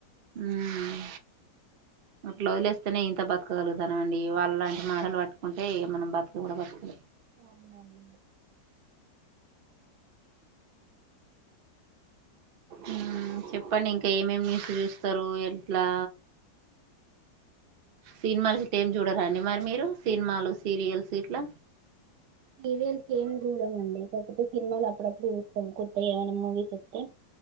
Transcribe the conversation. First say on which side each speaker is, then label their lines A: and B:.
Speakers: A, on the right; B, on the right.
A: ఉమ్ అట్లా వదిలేస్తేనే ఇంత బతకగలుగుతాను అండి వాళ్ళ లాంటి మాటలు పట్టుకుంటే ఇంకా మనం బతకను కూడా బతకలేం.
B: అవునవును.
A: ఉమ్ చెప్పండి ఇంకా ఏమేమి న్యూస్ చూస్తారు ఎట్లా సినిమాలు ఇట్టేం ఏం చూడారండి మరి మీరు సినిమాలు సీరియల్స్ ఇట్లా
B: సీరియల్స్ ఏమి చూడం అండి కాకపోతే సినిమాలు అప్పుడప్పుడు చూస్తాం కొత్త ఏమైనా మూవీస్ వస్తే